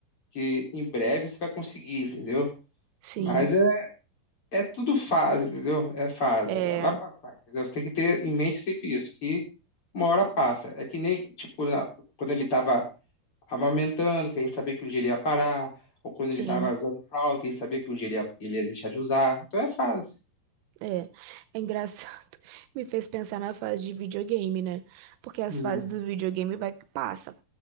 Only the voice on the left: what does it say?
que em breve você vai conseguir, entendeu?
Mas é, é tudo fase, entendeu? É fase,
vai, vai passar, entendeu? Você tem que ter em mente sempre isso, que uma hora passa. É que nem, tipo, na- quando ele tava amamentando, que a gente sabia que um dia ele ia parar, ou quando
ele tava usando fralda, que a gente sabia que um dia ele ia, ele ia deixar de usar. Então é fase.
Uhum.